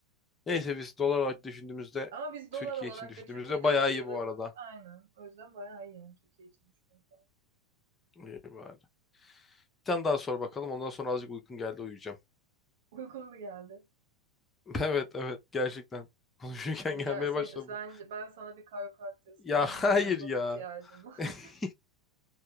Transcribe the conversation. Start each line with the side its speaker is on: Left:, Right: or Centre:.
Left: Neyse biz dolar olarak düşündüğümüzde
Right: Ama biz
Left: Türkiye
Right: dolar olarak
Left: için düşündüğümüzde
Right: ve Türkiye'de
Left: bayağı
Right: yaşadığımız
Left: iyi bu arada.
Right: aynen. O yüzden bayağı iyi yani Türkiye için düşünüyorum.
Left: İyi bari. Bir tane daha sor bakalım. Ondan sonra azıcık uykun geldi uyuyacağım.
Right: Uygun mu geldi?
Left: <laughs> Evet evet gerçekten. <laughs> Konuşurken
Right: Seni
Left: gelmeye
Right: gel sen,
Left: başladı.
Right: bence ben sana bir chiropractor ısmarlayayım
Left: Ya hayır
Right: ya. Çok
Left: ya.
Right: ihtiyacım var.
Left: <laughs>
Right: <laughs>